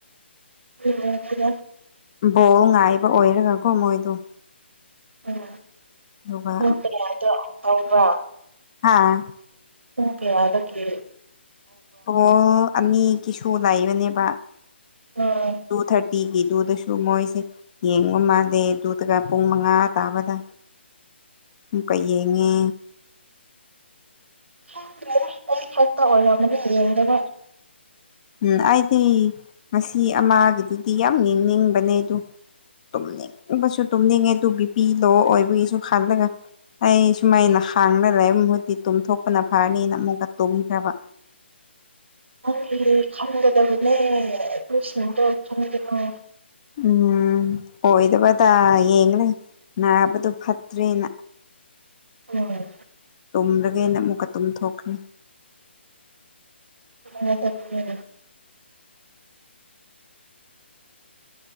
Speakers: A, on the right; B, on the left.
A: <unintelligible>
B: ꯕꯣꯜ ꯉꯥꯏꯕ ꯑꯣꯏꯔꯒꯀꯣ ꯃꯣꯏꯗꫭ
A: ꯎꯝ
B: ꯑꯗꯨꯒ
A: ꯄꯨꯡ ꯀꯌꯥꯗꯣ ꯇꯧꯕ
B: ꯍꯥꯥ
A: ꯄꯨꯡ ꯀꯌꯥꯗ ꯀꯦ
B: ꯑꯣ ꯑꯅꯤꯒꯤꯁꯨ ꯂꯩꯕꯅꯦꯕ
A: ꯎꯝ
B: ꯇꯨ ꯊꯥꯔ ꯇꯤꯒꯤꯗꯨꯗꯁꯨ ꯃꯣꯏꯁꯦ ꯌꯦꯡꯕ ꯃꯥꯜꯂꯦ ꯑꯗꯨꯗꯨꯒ ꯄꯨꯡ ꯃꯉꯥ ꯇꯥꯕꯗ ꯑꯃꯨꯛꯀ ꯌꯦꯡꯉꯦ
A: ꯈꯪꯗ꯭ꯔꯦꯍꯦ ꯃꫭꯏ ꯊꫭꯡ ꯇꯧꯔꯝꯃꯅꯤ ꯌꯦꯡꯗꯥꯕ
B: ꯎꯝ ꯑꯩꯗꯤ ꯉꯁꯤ ꯑꯃꯒꯤꯗꯨꯗꯤ ꯌꯥꯝ ꯌꯦꯡꯅꯤꯡꯕꯅꯦ ꯑꯗꯨ ꯇꯨꯝꯅꯤꯡꯕꯁꯨ ꯇꯨꯝꯅꯤꯡꯉꯦ ꯑꯗꯨ ꯕꯤ ꯄꯤ ꯂꯣ ꯑꯣꯏꯕꯒꯤꯁꯨ ꯈꯜꯂꯒ ꯑꯩ ꯁꯨꯃꯥꯏꯅ ꯍꯥꯡꯔ ꯂꯩꯕ ꯃꯍꯨꯠꯇꯤ ꯇꯨꯝꯊꯣꯛꯄꯅ ꯐꯔꯅꯤꯅ ꯑꯃꯨꯛꯀ ꯇꯨꯝꯈ꯭ꯔꯕ꯫
A: ꯅꯪꯒꯤ ꯈꯟꯒꯗꯕꯅꯦ ꯑꯩꯈꯣꯏꯁꯤꯡꯗꯣ ꯈꯟꯒꯅꯣ꯫
B: ꯎꯝ ꯑꯣꯏꯗꯕꯗ ꯌꯦꯡꯔꯒ ꯅꯥꯕꯗꯣ ꯐꯠꯇ꯭ꯔꯦꯅ꯫
A: ꯎꯝ꯫
B: ꯇꯨꯝꯔꯒꯦꯅ ꯑꯃꯨꯛꯀ ꯇꯨꯝꯊꯣꯛꯈ꯭ꯔꯦ꯫
A: <unintelligible> ꯅꯒꯗꯕꯅꯦ꯫